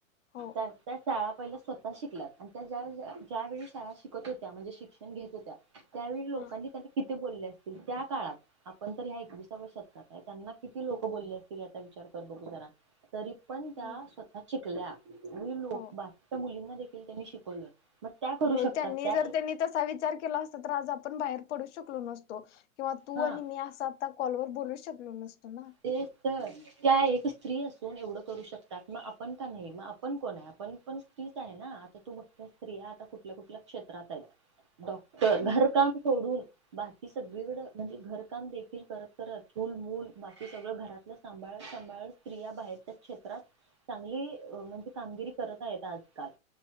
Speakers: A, on the left (about 55°); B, on the right (about 25°).
A: हो
B: तर त्या शाळत पहिल्या स्वतः शिकल्यात आणि त्या ज्या ज्या वेळी शाळा शिकत होत्या म्हणजे शिक्षण घेत होत्या त्यावेळी लोकांनी
A: हा
B: त्यांनी किती बोलले असतील त्या काळात आपण तर ह्या एकविसाव्या शकतात त्यांना किती लोक बोलले असतील आता विचार कर बघू जरा तरी पण त्या
A: हो
B: स्वतः शिकल्या म्ह लोक
A: हो
B: बाकीच्या मुलींना देखील त्यांनी शिकवलं. मग त्या करू
A: हो
B: शकतात
A: त्यांनी
B: त्या
A: जर
B: एक
A: त्यांनी तसा विचार केला असत तर आज आपण बाहेर पडू शकलो नसतो. किंवा तू
B: हा
A: आणि मी असा आता कॉलवर बोलूच शकलो नसतो ना.
B: ते तर का एक स्त्री असून एवढं करू शकतात मग आपण का नाही मग आपण कोण आहे आपण पण स्त्रीच आहे ना आता तू बघ स्त्रिया आता कुठल्या कुठल्या क्षेत्रात आहेत डॉक्टर घरकाम
A: हम्म
B: सोडून बाकी सगळीकड म्हणजे घरकाम देखील करत करत फूलमूल बाकी सगळं घरातलं सांभाळ सांभाळ स्त्रिया बाहेरच्या क्षेत्रात चांगली अ म्हणजे कामगिरी करत आहेत आजकाल